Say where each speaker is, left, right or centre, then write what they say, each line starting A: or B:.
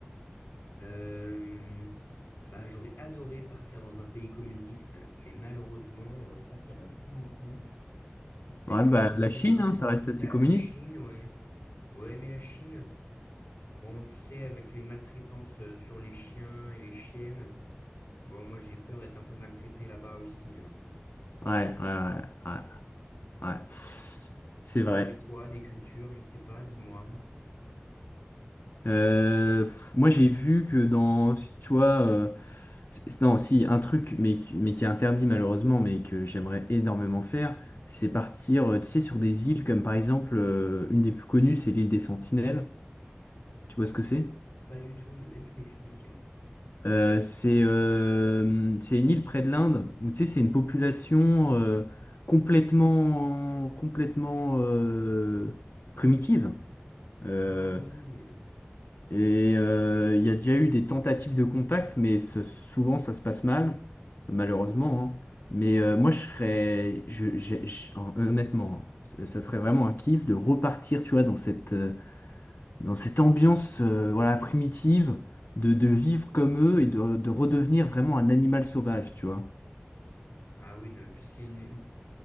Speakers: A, on the left; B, on the left.
A: Euh, bah, j'aurais adoré partir dans un pays communiste, mais malheureusement, euh, je crois qu'il n'y en a plus beaucoup. Donc, Peut-être
B: Ouais,
A: la
B: bah,
A: Corée
B: la
A: du
B: Chine,
A: Nord,
B: hein, ça reste assez
A: la,
B: communiste.
A: la Chine, ouais. Ouais, mais la Chine, bon, tu sais, avec les maltraitances euh, sur les chiens et les chiennes, bon, moi j'ai peur d'être un peu maltraité là-bas aussi. hein.
B: Ouais, ouais, ouais, ouais, ouais. C'est
A: Bon,
B: vrai.
A: et toi, des cultures, je sais pas, dis-moi.
B: Euh, pff, moi, j'ai vu que dans, si tu vois, euh, c'est- non, si, un truc, mais, qui- mais qui est interdit malheureusement, mais que j'aimerais énormément faire, c'est partir, euh, tu sais, sur des îles comme par exemple, euh, une des plus connues, c'est l'île des Sentinelles. Tu vois ce que c'est?
A: Pas du tout, je veux bien que tu m'expliques.
B: Euh, c'est euh, c'est une île près de l'Inde où tu sais c'est une population euh, complètement complètement euh, primitive Euh,
A: Ah oui, euh,
B: et euh, il y a déjà eu des tentatives de contact mais ça- souvent ça se passe mal malheureusement hein. Mais euh, moi je serais je, j'ai- je- honnêtement hein, ça serait vraiment un kiff de repartir tu vois dans cette euh, dans cette ambiance euh, voilà, primitive de, de vivre comme eux et de, de redevenir vraiment un animal sauvage, tu vois.
A: ah oui, non, puis c'est une, une